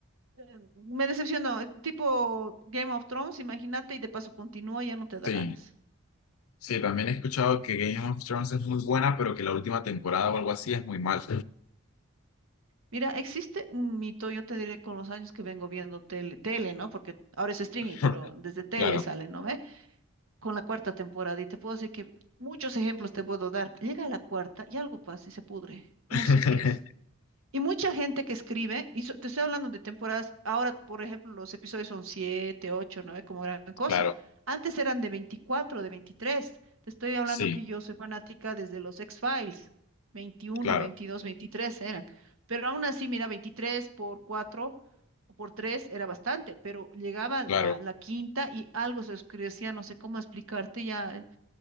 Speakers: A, on the right; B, on the left.
A: eh, me decepcionó, eh, tipo Game of Thrones, imagínate, y de paso continúa, ya no te da
B: sí.
A: ganas.
B: Sí, también he escuchado que Game of Thrones es muy buena, pero que la última temporada o algo así es muy mal.
A: Mira, existe un mito, yo te diré con los años que vengo viendo tele, tele, ¿no? Porque ahora es streaming,
B: <laughs>
A: pero desde tele
B: Claro,
A: sale, ¿no? ve? con la cuarta temporada y te puedo decir que muchos ejemplos te puedo dar. Llega a la cuarta y algo pasa y se pudre.
B: <laughs>
A: No sé qué es. Y mucha gente que escribe, y so- te estoy hablando de temporadas, ahora, por ejemplo, los episodios son 7 8 9 como gran cosa.
B: claro,
A: Antes eran de veinticuatro de veintitrés Te estoy hablando
B: sí,
A: que yo soy fanática desde los X-Files, veintiuno
B: claro,
A: 22 23 eran. Pero aún así, mira, 23 por 4 o por 3 era bastante, pero llegaba la,
B: claro.
A: la quinta y algo se oscurecía, no sé cómo explicarte ya. eh,